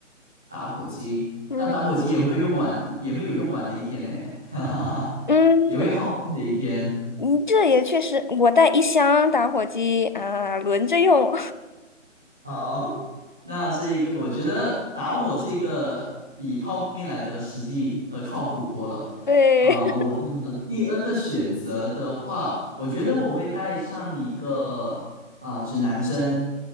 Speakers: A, in the centre; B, on the left (about 40°).
A: 打火机，
B: 嗯
A: 那打火机也会用完，也会有用完的一天呢，<laughs> 哈哈哈，
B: 嗯，
A: 也会耗尽的一天。
B: 你这也确实，我带一箱打火机啊，轮着用。
A: <laughs> 好，那这一个我觉得打火这个比泡面来的实际和靠谱多了。
B: <laughs> 对，
A: 啊、我的第二个选择的话，我觉得我会带上一个啊、指南针，